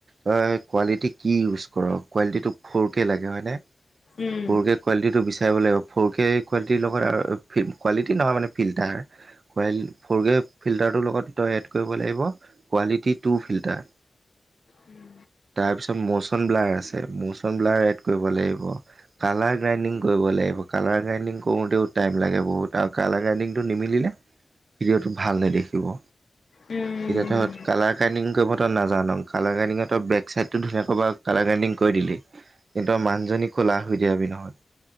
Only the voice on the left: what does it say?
উম
উম,
উম